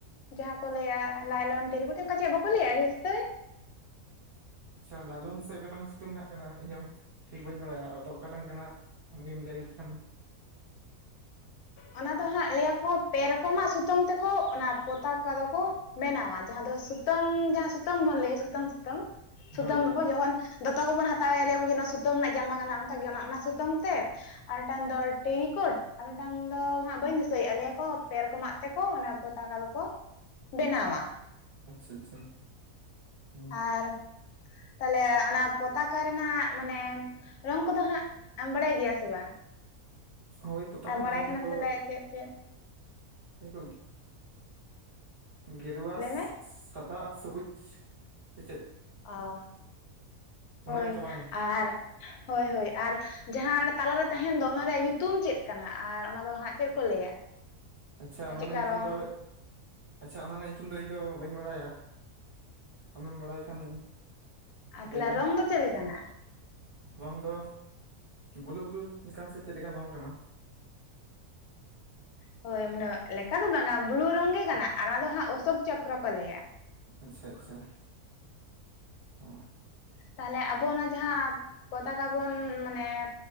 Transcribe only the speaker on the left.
ᱡᱟᱦᱟᱸ ᱠᱚ ᱞᱟᱹᱭᱟ ᱞᱟᱭᱞᱚᱱ ᱴᱤᱨᱤᱠᱳᱴ ᱚᱱᱠᱟ ᱪᱮᱫ ᱵᱟᱠᱚ ᱞᱟᱹᱭᱟ <unintelligible>
ᱚᱱᱟ ᱫᱚ ᱦᱟᱸᱜ, ᱞᱟᱹᱭ ᱟᱠᱩ, ᱯᱮ ᱨᱚᱠᱚᱢᱟᱜ ᱥᱩᱛᱟᱹᱢ ᱛᱮᱠᱚ, ᱚᱱᱟ ᱯᱚᱛᱟᱠᱟ ᱫᱚ ᱠᱩ ᱵᱮᱱᱟᱣᱟ, ᱡᱟᱦᱟᱸ ᱫᱚ ᱥᱩᱛᱟᱹᱢ, ᱡᱟᱦᱟᱸ ᱥᱩᱛᱟᱹᱢ ᱵᱚᱱ ᱞᱟᱹᱭᱟ ᱾ ᱥᱩᱛᱟᱹᱢ, ᱥᱩᱛᱟᱹᱢ ᱥᱩᱛᱟᱹᱢ
ᱨᱮ ᱵᱚ, ᱡᱮᱢᱚᱱ ᱫᱚᱛᱚ ᱜᱮᱵᱚᱱ ᱦᱟᱛᱟᱣᱮ ᱞᱟᱹᱭᱟᱵᱚᱱ ᱡᱮ ᱱᱚᱶᱟ ᱥᱩᱛᱟᱹᱢ ᱨᱮᱱᱟᱜ ᱡᱟᱢᱟ ᱠᱟᱱᱟ ᱚᱱᱠᱟᱜᱮ ᱚᱱᱟ ᱚᱱᱟ ᱥᱩᱛᱟᱹᱢ ᱛᱮ ᱟᱨ ᱢᱤᱫ ᱴᱟᱝ ᱫᱚ ᱴᱮᱨᱤᱠᱳᱴ ᱟᱨ ᱢᱤᱫ ᱴᱟᱝ ᱫᱚ ᱦᱟᱸᱜ ᱵᱟᱹᱧ ᱫᱤᱥᱟᱹᱭᱮᱫᱼᱟ ᱞᱮᱭᱟ ᱠᱚ ᱯᱮ ᱨᱠᱚᱢᱟᱜ ᱛᱮᱠᱚ ᱚᱱᱟ ᱯᱚᱛᱟᱠᱟ ᱫᱚᱠᱚ ᱵᱮᱱᱟᱣᱟ?
ᱟᱨ ᱛᱟᱦᱞᱮ ᱚᱱᱟ ᱯᱚᱛᱟᱠᱟ ᱨᱮᱱᱟᱜ ᱢᱟᱱᱮ ᱨᱚᱝ ᱠᱚᱫᱚ ᱦᱟᱸᱜ ᱟᱢ ᱵᱟᱲᱟᱭ ᱜᱮᱭᱟ ᱥᱮ ᱵᱟᱝ
ᱟᱨ
ᱵᱟᱲᱟᱭ
ᱠᱷᱟᱱᱮᱢ
ᱛᱟᱦᱞᱮ ᱪᱮᱫ ᱪᱮᱫ
ᱞᱟᱹᱭ ᱢᱮ
ᱚ ᱦᱳᱭ
ᱟᱨ ᱦᱳᱭ ᱦᱳᱭ ᱟᱨ ᱡᱟᱦᱟᱸ ᱚᱱᱟ ᱛᱟᱞᱟᱨᱮ ᱛᱟᱦᱮᱱ ᱫᱚ ᱚᱱᱟ ᱨᱮᱭᱟᱜ ᱧᱩᱛᱩᱢ ᱪᱮᱫ ᱠᱟᱱᱟ ᱟᱨ ᱚᱱᱟ ᱫᱚ ᱦᱟᱸᱜ ᱪᱮᱫ ᱠᱚ ᱞᱟᱹᱭᱟ
ᱟᱨ
ᱪᱮᱫᱠᱟ
ᱨᱚᱝ
ᱟᱨ ᱛᱟᱦᱚᱞᱮ
ᱨᱚᱝ ᱫᱚ ᱪᱮᱫ ᱞᱮᱠᱟᱱᱟ
ᱦᱳᱭ ᱩᱱᱟᱹᱜ <unintelligible> ᱞᱮᱠᱟ ᱫᱚ ᱵᱟᱝᱟ ᱵᱞᱩ ᱨᱚᱝ ᱜᱮ ᱠᱟᱱᱟ ᱟᱨ ᱚᱱᱟ ᱫᱚ ᱦᱟᱸᱜ ᱚᱥᱳᱠ ᱪᱚᱠᱨᱚ ᱠᱚ ᱞᱟᱹᱭᱟ
ᱛᱟᱦᱞᱮ ᱟᱵᱚ ᱚᱱᱟ ᱡᱟᱦᱟᱸ ᱯᱚᱛᱠᱟ ᱵᱚᱱ ᱢᱟᱱᱮ